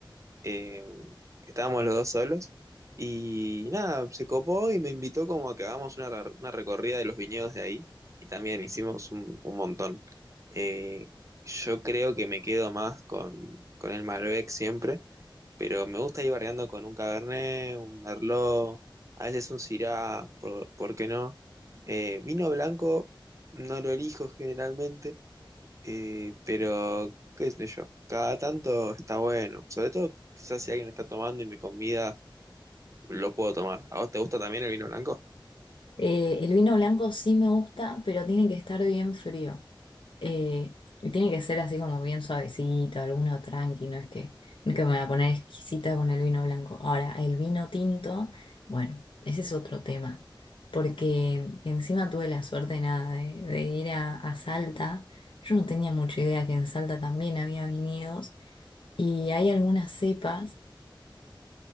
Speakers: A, on the right; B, on the left.
A: eh, que estábamos los dos solos. Y nada, se copó y me invitó como a que hagamos una, re- una recorrida de los viñedos de ahí. Y también hicimos un, un montón. Eh, yo creo que me quedo más con, con el Malbec siempre, pero me gusta ir variando con un Cabernet, un Merlot, a veces un Syrah, por, ¿por qué no? Eh, vino blanco no lo elijo generalmente eh, pero, qué sé yo, cada tanto está bueno. Sobre todo, quizás si alguien está tomando y me convida, lo puedo tomar. ¿A vos te gusta también el vino blanco?
B: Eh, el vino blanco sí me gusta, pero tiene que estar bien frío. Eh, y tiene que ser así como bien suavecito, alguno tranqui, no es que, no es que me voy a poner exquisita con el vino blanco. Ahora, el vino tinto, bueno, ese es otro tema, porque encima tuve la suerte nada de, de ir a, a Salta. Yo no tenía mucha idea que en Salta también había viñedos y hay algunas cepas